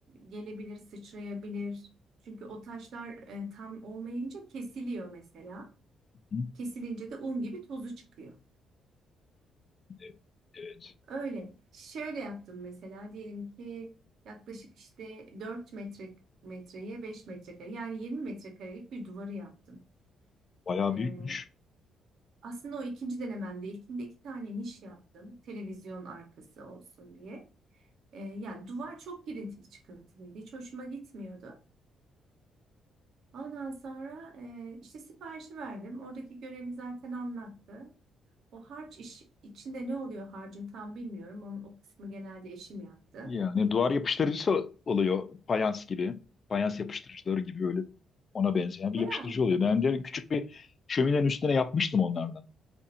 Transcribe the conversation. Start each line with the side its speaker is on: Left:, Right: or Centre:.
Right: gelebilir, sıçrayabilir. Çünkü o taşlar e, tam olmayınca kesiliyor mesela.
Left: Hı,
Right: Kesilince de un gibi tozu çıkıyor.
Left: Evet. Evet.
Right: Öyle. Şöyle yaptım mesela diyelim ki yaklaşık işte 4 metre metreye 5 metrekare yani 20 metrekarelik bir duvarı yaptım.
Left: Bayağı
Right: Ee,
Left: büyükmüş.
Right: Aslında o ikinci denememde ilkinde iki tane niş yaptım. Televizyon arkası olsun diye. Ee, yani duvar çok girintili çıkıntılıydı. Hiç hoşuma gitmiyordu. Ondan sonra e, işte siparişi verdim. Oradaki görevi zaten anlattı. O harç iş, içinde ne oluyor harcın tam bilmiyorum. Onun, o kısmı genelde eşim yaptı.
Left: Yani duvar yapıştırıcısı oluyor. Fayans gibi. Fayans yapıştırıcıları gibi öyle ona benzeyen bir
Right: Herhalde.
Left: yapıştırıcı oluyor. Ben de küçük bir şöminenin üstüne yapmıştım onlardan.